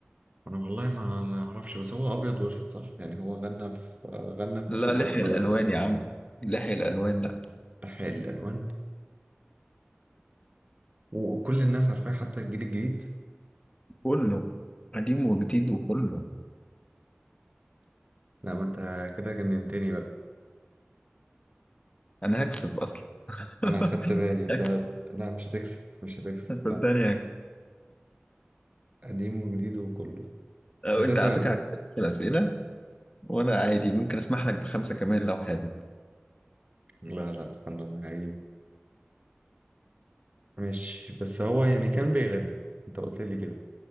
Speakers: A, on the right; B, on the left.
A: انا والله ما ما اعرفش بس هو ابيض واسود صح يعني هو غنى في غنى في
B: لا
A: فتره
B: لحي
A: الابيض
B: الالوان
A: واسود
B: يا عم لحي الالوان لا
A: بحق الالوان وكل الناس عارفاه حتى الجيل الجديد
B: كله قديم وجديد وكله
A: لا ما انت كده جننتني بقى
B: انا هكسب اصلا
A: انا
B: <laughs>
A: خدت بالي لا
B: هكسب
A: لا مش هتكسب مش هتكسب
B: صدقني
A: لا
B: هكسب
A: قديم وجديد وكله
B: أو
A: بس
B: انت
A: انت
B: على فكره هتسال الاسئله وانا عادي ممكن اسمح لك بخمسه كمان لو حابب
A: لا لا استنى انا هجيبه ماشي بس هو يعني كان بيغني انت قلت لي كده